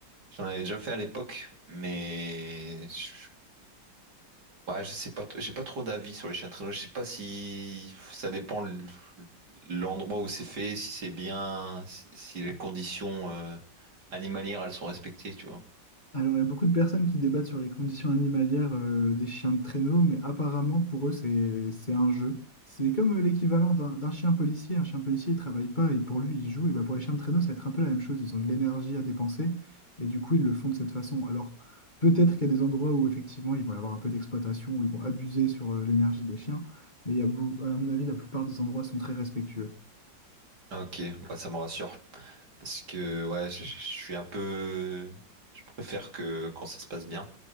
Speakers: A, on the right; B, on the left.
A: J'en avais déjà fait à l'époque, mais je, ouais, je sais pas, t- j'ai pas trop d'avis sur les chiens de traîneau. Je sais pas si ça dépend l- l'endroit où c'est fait, si c'est bien, si, si les conditions euh, animalières elles sont respectées, tu vois.
B: Alors, il y a beaucoup de personnes qui débattent sur les conditions animalières euh, des chiens de traîneau, mais apparemment, pour eux, c'est, c'est un jeu. C'est comme euh, l'équivalent d'un d'un chien policier. Un chien policier, il travaille pas et pour lui, il joue. Et bah, pour les chiens de traîneau, ça va être un peu la même chose. Ils ont de l'énergie à dépenser et du coup, ils le font de cette façon. Alors, peut-être qu'il y a des endroits où, effectivement, ils vont y avoir un peu d'exploitation, où ils vont abuser sur euh, l'énergie des chiens, mais il y a, beau- à mon avis, la plupart des endroits sont très respectueux.
A: Ah, Ok, bah ça me rassure. Parce que ouais, je, je suis un peu. Je préfère que quand ça se passe bien.